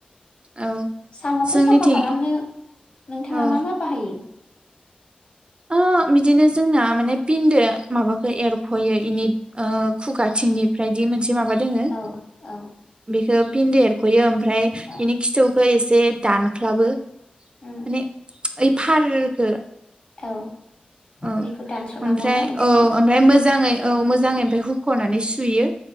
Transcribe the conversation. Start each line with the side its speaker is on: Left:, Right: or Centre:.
Right: औ
Left: साम'खौ
Right: जोंनिथिं
Left: साफा खालामनो नोंथांङा
Right: औ
Left: मा मा बाहायो?
Right: ओ बिदिनो जोंना माने फिनदो माबाखौ एरख'यो बेनि खुगाथिंनिफ्रायदि मोनस माबा दोंङो
Left: औ औ
Right: बेखो पिन देर खयो ओमफ्राय
Left: औ
Right: बेनि खिथुखौ एस ए दानख्लाबो माने
Left: उम
Right: ओइ फार खो
Left: औ
Right: औ
Left: बेखौ दानस'नांगौना
Right: ओमफ्राय
Left: एसे
Right: औ ओमफ्राय मोजांङै औ मोज जांयै ओमफ्राय हुख'नानै सुयो